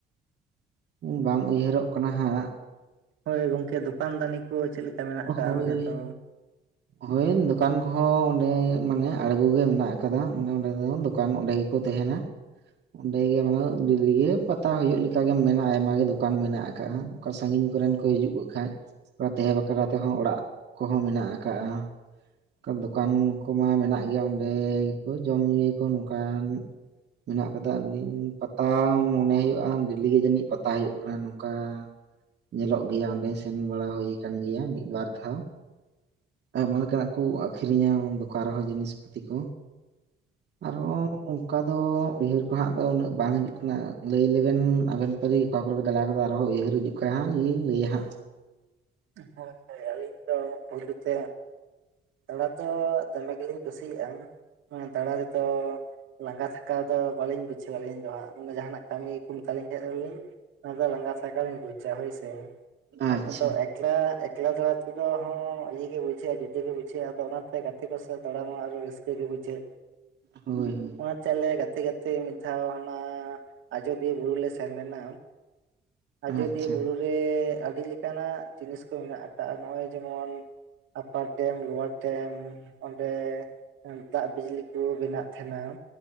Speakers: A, on the right; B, on the right.
A: ᱵᱟᱝ ᱩᱭᱦᱟᱹᱨᱚᱜ ᱠᱟᱱᱟ ᱦᱟᱸ ᱦᱟᱸᱜ᱾
B: ᱦᱳᱭ ᱜᱚᱝᱠᱮ ᱫᱚᱠᱟᱱ ᱫᱟᱱᱤ ᱠᱚ ᱪᱮᱫ ᱞᱮᱠᱟ ᱢᱮᱱᱟᱜ ᱟᱠᱟᱜ-ᱟ
A: ᱦᱳᱭ
B: ᱚᱸᱰᱮ ᱫᱚ?
A: ᱦᱳᱭ ᱫᱚᱠᱟᱱ ᱠᱚᱦᱚᱸ ᱚᱸᱰᱮ ᱢᱟᱱᱮ ᱟᱬᱜᱚ ᱜᱮ ᱢᱮᱱᱟᱜ ᱟᱠᱟᱫᱟ᱾ ᱢᱟᱱᱮ ᱚᱸᱰᱮ ᱫᱚ ᱫᱚᱠᱟᱱ ᱚᱸᱰᱮ ᱜᱮᱠᱚ ᱛᱟᱦᱮᱱᱟ᱾ ᱚᱸᱰᱮ ᱜᱮ ᱢᱟᱱᱮ ᱫᱤᱞᱤ ᱜᱮ ᱯᱟᱛᱟ ᱦᱩᱭᱩᱜ ᱞᱮᱠᱟ ᱜᱮᱢ ᱢᱮ ᱟᱭᱢᱟᱜᱮ ᱫᱚᱠᱟᱱ ᱢᱮᱱᱟᱜ ᱟᱠᱫᱼᱟᱠᱟ ᱥᱟᱜᱤᱧ ᱠᱚᱨᱮᱱ ᱠᱚ ᱦᱤᱡᱩᱜ ᱠᱷᱟᱱ ᱛᱟᱦᱮᱸ ᱵᱟᱠᱷᱨᱟ ᱛᱮᱦᱚᱸ ᱚᱲᱟᱜ ᱠᱚᱦᱚᱸ ᱢᱮᱱᱟᱜ ᱟᱠᱟᱜᱼᱟ ᱫᱚᱠᱟᱱ ᱠᱚᱢᱟ ᱢᱮᱱᱟᱜ ᱜᱮᱭᱟ ᱚᱸᱰᱮ ᱜᱮᱠᱚ ᱡᱚᱢ ᱧᱩᱭᱟ ᱠᱚ ᱱᱚᱝᱠᱟᱱ ᱢᱮᱱᱟᱜ ᱟᱠᱟᱫᱟ ᱯᱟᱛᱟ ᱢᱚᱱᱮ ᱦᱩᱭᱩᱜᱼᱟ ᱰᱮᱞᱤ ᱜᱮ ᱡᱟᱹᱱᱤᱡ ᱯᱟᱛᱟ ᱦᱩᱭᱩᱜ ᱠᱟᱱᱟ ᱱᱚᱝᱠᱟ ᱧᱮᱞᱚᱜ ᱜᱮᱭᱟ ᱚᱸᱰᱮ ᱥᱮᱱ ᱵᱟᱲᱟ ᱦᱩᱭ ᱟᱠᱟᱱ ᱜᱮᱭᱟ ᱢᱤᱫ ᱵᱟᱨ ᱫᱷᱟᱣ ᱟᱭᱢᱟ ᱞᱮᱠᱟᱱᱟᱜ ᱠᱚ ᱟᱠᱷᱨᱤᱧᱟ ᱫᱚᱠᱟᱱ ᱨᱮᱦᱚᱸ ᱡᱤᱱᱤᱥ ᱯᱟᱹᱛᱤ ᱠᱚ
B: <inaudible>
A: ᱟᱨᱦᱚᱸ ᱚᱱᱠᱟ ᱫᱚ ᱩᱭᱦᱟᱹᱨ ᱠᱚ ᱦᱟᱜ ᱫᱚ ᱩᱱᱟᱹᱜ ᱵᱟᱝ ᱦᱤᱡᱩᱜ ᱠᱟᱱᱟ ᱞᱟᱹᱭ ᱞᱮᱵᱮᱱ ᱟᱵᱮᱱ ᱯᱟᱹᱨᱤ ᱚᱠᱟ ᱚᱠᱟᱨᱮ ᱯᱮ ᱫᱟᱲᱟ ᱠᱟᱫᱟ ᱟᱨᱦᱚᱸ ᱩᱭᱦᱟᱹᱨ ᱦᱤᱡᱩᱜ ᱠᱷᱟᱜ ᱦᱟᱸᱜ ᱞᱤᱧ ᱞᱟᱹᱭᱟ ᱦᱟᱸᱜ
B: ᱦᱳᱭ ᱦᱳᱭ ᱟᱹᱞᱤᱧ ᱫᱚ ᱯᱳᱭᱞᱳ ᱛᱮ ᱫᱟᱲᱟ ᱫᱚ ᱫᱚᱢᱮ ᱜᱮᱞᱤᱧ ᱠᱩᱥᱤᱭᱟᱜᱼᱟ ᱫᱟᱲᱟ ᱛᱮᱫᱚ ᱞᱟᱸᱜᱟ ᱛᱷᱟᱠᱟᱣ ᱫᱚ ᱵᱟᱟᱹᱞᱤᱧ ᱵᱩᱡᱷᱟᱹᱣᱟ ᱟᱹᱞᱤᱧ ᱫᱚ ᱦᱟᱜ ᱚᱱᱟ ᱡᱟᱦᱟᱱᱟᱜ ᱠᱟᱹᱢᱤ ᱠᱚ ᱢᱮᱛᱟᱞᱤᱧ ᱠᱷᱟᱱ ᱫᱚᱞᱤᱧ ᱟᱫᱚ ᱞᱟᱸᱜᱟ ᱛᱷᱟᱠᱟ ᱞᱤᱧ ᱵᱩᱡᱟ ᱦᱳᱭ ᱥᱮ
A: ᱟᱪᱪᱷᱟ
B: ᱟᱫᱚ ᱮᱠᱞᱟ ᱮᱠᱞᱟ ᱮᱠᱞᱟᱫᱮᱞᱟ ᱛᱮᱫᱦᱚᱸ ᱤᱭᱟᱹ ᱜᱮ ᱵᱩᱡᱷᱟᱹᱜᱼᱟ ᱡᱩᱫᱟᱹ ᱜᱮ ᱵᱩᱡᱷᱟᱹᱜᱼᱟ ᱟᱫᱚ ᱚᱱᱟ ᱜᱟᱛᱮ ᱠᱚ ᱥᱟᱶ ᱫᱟᱲᱟ ᱢᱟ ᱟᱨᱚ ᱨᱟᱹᱥᱠᱟᱹ ᱜᱮ ᱵᱩᱡᱷᱟᱹᱜ
A: ᱦᱳᱭ ᱦᱳᱭ
B: ᱚᱱᱟᱛᱮ ᱟᱞᱮ ᱜᱟᱛᱮ ᱜᱟᱛᱮ ᱜᱟᱛᱮ ᱢᱤᱫ ᱫᱷᱟᱣ ᱦᱟᱱᱟ ᱟᱡᱳᱫᱤᱭᱟᱹ ᱵᱩᱨᱩ ᱞᱮ ᱥᱮᱱ ᱞᱮᱱᱟ ᱟᱡᱚᱫᱤᱭᱟᱹ
A: ᱟᱪᱪᱷᱟ
B: ᱵᱩᱨᱩ ᱨᱮ ᱟᱹᱰᱤ ᱞᱮᱠᱟᱱᱟᱜ ᱡᱤᱱᱤᱥ ᱠᱚ ᱢᱮᱱᱟᱜ ᱟᱠᱟᱫᱼᱟ ᱱᱚᱜᱼᱚᱭ ᱡᱮᱢᱚᱱ ᱟᱯᱟᱨ ᱰᱮᱢ ᱞᱚᱣᱟᱨ ᱰᱮᱢ ᱚᱸᱰᱮ ᱫᱟᱜ ᱵᱤᱡᱽᱞᱤ ᱠᱚ ᱵᱮᱱᱟᱜ ᱛᱟᱦᱮᱸᱱᱟ